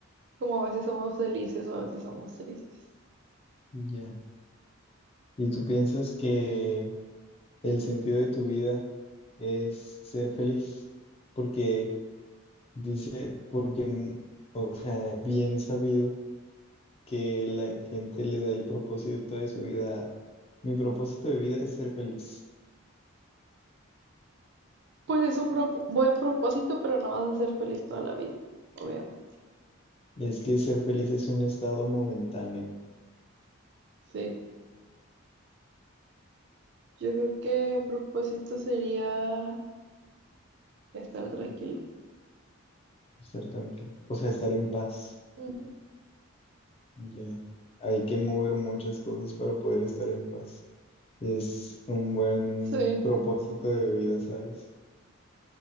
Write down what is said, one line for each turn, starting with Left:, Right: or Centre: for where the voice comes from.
Right: como a veces somos felices o a veces somos tristes.
Left: ya. Y tú piensas que el sentido de tu vida es ser feliz, porque dice, porque, mm, o sea, bien sabido que la gente le da el propósito de su vida. a, Mi propósito de vida es ser feliz.
Right: Pues es un bro- buen propósito, pero no vas a ser feliz toda la vida, obviamente.
Left: Es que ser feliz es un estado momentáneo,
Right: Sí, yo creo que un propósito sería estar tranquilo.
Left: estar tranquilo, o sea, estar en paz.
Right: Ujú.
Left: Ya, hay que mover muchas cosas para poder estar en paz. Es un buen
Right: Sí,
Left: propósito de vida, ¿sabes?